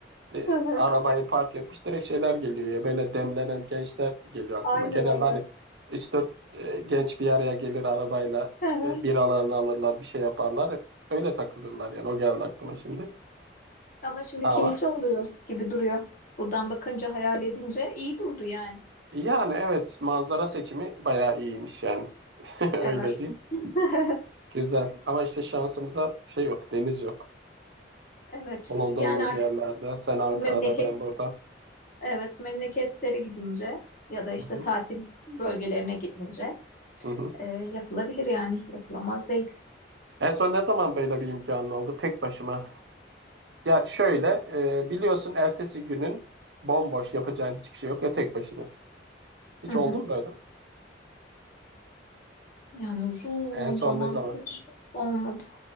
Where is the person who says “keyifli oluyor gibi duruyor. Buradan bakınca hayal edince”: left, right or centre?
Left